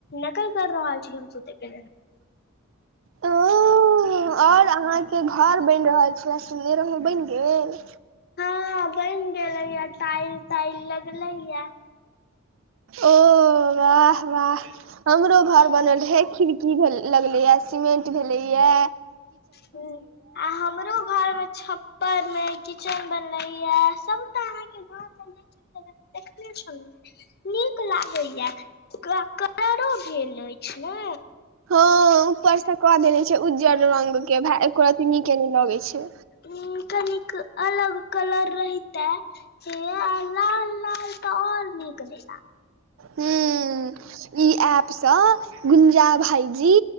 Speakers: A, on the left; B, on the right.
A: नकल कऽ रहल छी हम सुतै के
B: ओ ओं और अहाँके घर बनि रहल छले सुनने रहौं बनि गेल
A: हँ बन गेलैये टाइल ताइल लगलैये
B: ओ वाह वाह हमरो घर बनल रहै खिड़की लगलैये सीमेंट भेलै ये
A: हूॅं आ हमरो घरमे छप उपरमे किचेन बनलैया सबटा अहाँके घर बन देखने छलहूँ नीक लागै या ओकरा कलरो भेल अछि ने
B: हाँ उपर से कऽ देने छै उज्जर रंगके भए एको रती नीकेने लगै छै
A: उ कनिक अलग कलर रहिताए से आ लाल लाल तऽ आओर नीक नहि ला
B: हूँ इ एप सँ गुंजा भाईजी